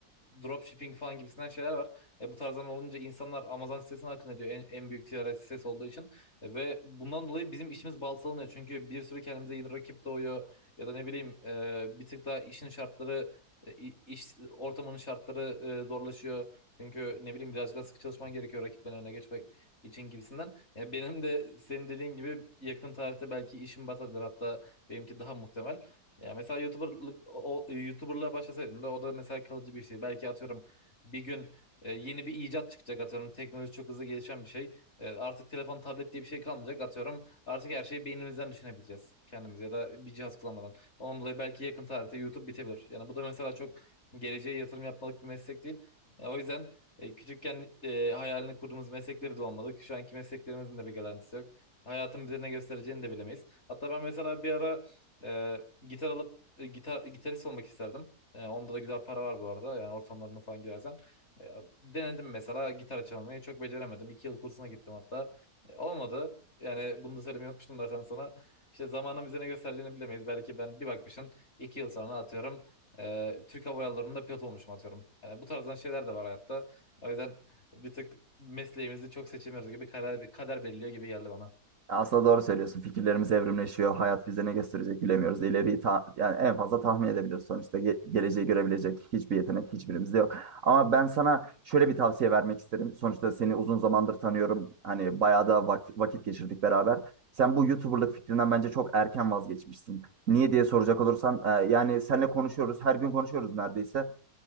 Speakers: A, on the left; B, on the right.
A: dropshipping falan gibisinden şeyler var. E, bu tarzdan olunca insanlar Amazon sitesine akın ediyor en, en büyük ticaret sitesi olduğu için. E, ve bundan dolayı bizim işimiz baltalanıyor. Çünkü bir sürü kendimize yeni rakip doğuyor. Ya da ne bileyim e, bir tık daha işin şartları e, i- iş ortamının şartları e, zorlaşıyor. Çünkü ne bileyim biraz daha sıkı çalışman gerekiyor rakiplerin önüne geçmek için gibisinden. Ya benim de senin dediğin gibi yakın tarihte belki işim batabilir. Hatta benimki daha muhtemel. Ya mesela YouTuber'lık o o- YouTuber'lığa başlasaydım da o da mesela kalıcı bir şey. Belki atıyorum bir gün e, yeni bir icat çıkacak atıyorum. Teknoloji çok hızlı gelişen bir şey. E, artık telefon, tablet diye bir şey kalmayacak atıyorum. Artık her şeyi beynimizden düşünebileceğiz kendimiz ya da bir cihaz kullanmadan. Ondan dolayı belki yakın tarihte YouTube bitebilir. Yani bu da mesela çok geleceğe yatırım yapmalık bir meslek değil. E, o yüzden e, küçükken e, hayalini kurduğumuz meslekleri de olmadık. Şu anki mesleklerimizin de bir garantisi yok. Hayatın bize ne göstereceğini de bilemeyiz. Hatta ben mesela bir ara e, gitar alıp e, gitar gitarist olmak isterdim. E, onda da güzel para var bu arada. Yani ortamlarına falan girersen. E, denedim mesela gitar çalmayı çok beceremedim. İki yıl kursuna gittim hatta. E, olmadı. Yani bunu da söylemeyi unutmuştum zaten sana. İşte zamanın bize ne göstereceğini bilemeyiz. Belki ben bir bakmışım iki yıl sonra atıyorum e, Türk Hava Yolları'nda pilot olmuşum atıyorum. Yani bu tarzdan şeyler de var hayatta. O yüzden bir tık mesleğimizi çok seçemiyoruz gibi kader, kader belirliyor gibi geldi bana.
B: Aslında doğru söylüyorsun. Fikirlerimiz evrimleşiyor. Hayat bize ne gösterecek bilemiyoruz. İleriyi ta- yani en fazla tahmin edebiliriz. Sonuçta ge- geleceği görebilecek hiçbir yetenek hiçbirimizde yok. Ama ben sana şöyle bir tavsiye vermek isterim. Sonuçta seni uzun zamandır tanıyorum. Hani bayağı da vak- vakit geçirdik beraber. Sen bu YouTuber'lık fikrinden bence çok erken vazgeçmişsin. Niye diye soracak olursan, e, yani seninle konuşuyoruz. Her gün konuşuyoruz neredeyse